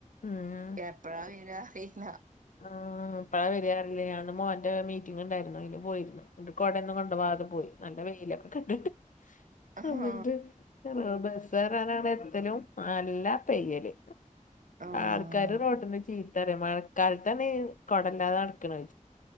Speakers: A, on the left; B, on the right.
A: ഉം
B: എപ്പഴാ വരാ അറീല്ല
A: ആ എപ്പഴാ വരിയാ <unintelligible> ഞാന്ന് മോന്റെ മീറ്റിംഗ് ഉണ്ടായിരുന്നു അയിന് പോയിരുന്നു എന്നിട്ട് കോടെന്നും കോണ്ട്‌ വാതെ പോയി നല്ല വെയിലൊക്കെ കണ്ടിട്ട്
B: ആഹ്
A: അന്നിട്ട്
B: ആഹ്
A: ബസ്സ് കയറാൻ അവിടെ എത്തലും നല്ല പെയ്യല്
B: ആഹ്
A: ആർക്കാര് റോട്ന്ന് ചീത്തറിയ മഴക്കാലത്തന്നെ ഈ കൊടല്ലാതെ നടക്കണ്